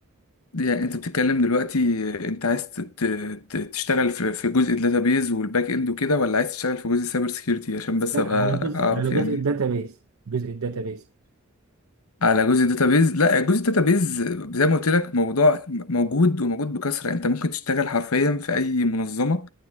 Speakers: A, on the left (about 85°); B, on the right (about 75°).
A: يعني انت بتتكلم دلوقتي انت عايز ت- ت- ت- تشتغل في في جزء الداتابيز والباك اند وكده ولا عايز تشتغل في جزء السايبر سيكيورتي عشان بس
B: لا
A: ابقى
B: على جزء
A: اعرف
B: على جزء
A: يعني
B: الداتابيس جزء الداتابيس
A: على جزء الداتابيز لا جزء الداتابيز زي ما قلت لك موضوع موجود وموجود بكثرة انت ممكن تشتغل حرفيا في اي منظمة